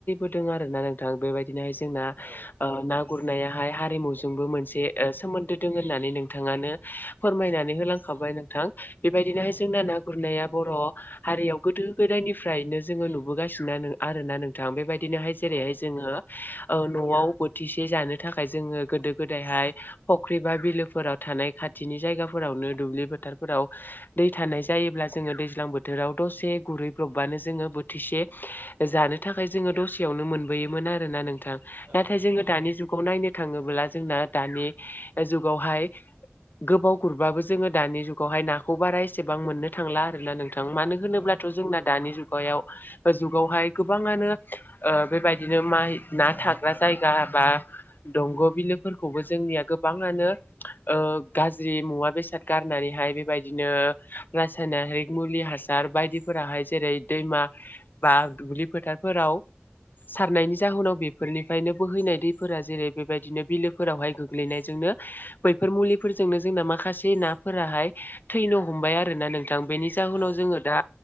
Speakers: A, on the left; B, on the right.
A: दों आरो ना नोंथां बेबायदिनोहाय जोंना
B: औ
A: ओ ना गुरनायाहाय हारिमुजोंबो मोनसे सोमोन्दो दं होननानै नोंथाङानो फोरमायनानै लांखाबाय नोंथां बेबायदिनोहाय
B: औ
A: जोंना ना गुरनाया बर' हारियाव गोदो गोदायनिफ्रायनो जोङो नुबोगासिनोना आर ना नोंथां बेबायदि बिदिनोहाय जेरैहाय
B: औ
A: जोङो न'आव खाथिसे जानो थाखाय जोङो गोदो गोदायहाय फख्रि बा बिलोफोराव थानाय खाथिनि जायगाफोराव दुब्लिफोथारफोराव दै थानाय जायोब्ला जोङो दैज्लां बोथोराव दसे गुरैब्रबानो ज बोथिसे जानो थाखाय जोङो दसेयावनो मोनबोयोमोन आरोना नोंथां
B: औ
A: नाथाय
B: नंगौ
A: जोङो जुाव नायनो थाङोब्ला जोंना दानि जुगावहाय गोबाव गुरबाबो जोङो दानि जुगावहाय नाखौ बारा एसेबां मोननो थांला आरोना नोंथां मानो होनोब्लाथ'
B: औ
A: जोंना दानि जुगाव जुगावहाय गोबाङानो बेबायदिनो माइ ना थाग्रा जायगा बा दंग' बिलोफोरखौबो जोंनिया गोबाङानो गाज्रि मुवा बेसाद गारनानै बेबायदिनो रासायनारिक मुलि हासार बायदिफोराहाय जेरै दैमा बा दुब्लि फोथारफोराव सारनायनि जाहोनाव बेफोरनिफ्रायनो बोहैनाय जेरै बेबायदिनो बिलोफोरावहाय गोग्लैनायजोंनो बैफोर मुलिफोरजोंनो जोंना माखासे ना फोराहाय थैनो हमबाय आरोना नोंथां बेनि जाहोनाव
B: औ
A: जोङो दा